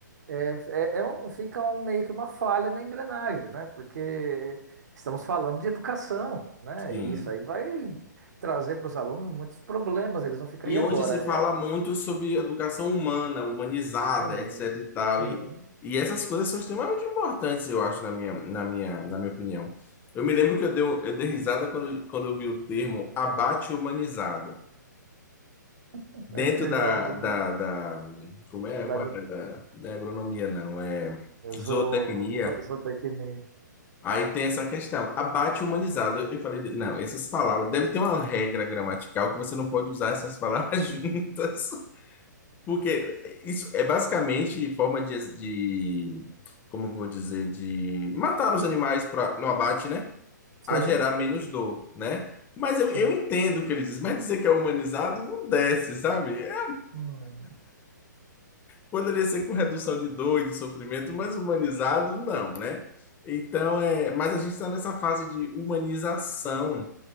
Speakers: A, on the right; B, on the left.
A: é, é, é um, fica um, meio que uma falha na engrenagem, né? Porque estamos falando de educação, né?
B: Sim.
A: E isso aí vai trazer para os alunos muitos problemas, eles vão ficar
B: E
A: aí agora.
B: hoje se
A: É,
B: fala muito sobre educação humana, humanizada,
A: Sim,
B: etc e tal.
A: sim,
B: E, e essas coisas são extremamente importantes, eu acho, na minha, na minha, na minha opinião. Eu me lembro que eu, deu, eu dei risada quando, quando eu vi o termo abate humanizado.
A: <laughs>
B: Dentro
A: eu
B: da,
A: já vi
B: da, da- como é?
A: da
B: Qual
A: gru-
B: era? Da, da agronomia, não, é
A: zo-
B: zootecnia.
A: zo- zo- zootecnia.
B: Aí tem essa questão, abate humanizado. Eu eu falei, de- não, essas palavras, deve ter uma regra gramatical que você não pode usar essas palavras <laughs> juntas, porque isso é basicamente forma de, de- como eu vou dizer, de matar os animais pra, no abate, né?
A: Sim,
B: A gerar menos dor, né? Mas eu,
A: sim,
B: eu entendo o que ele diz, mas dizer que é humanizado não desce, sabe? É,
A: hum,
B: poderia ser com redução de dor e de sofrimento, mas humanizado não, né? Então, é, mas a gente está nessa fase de humanização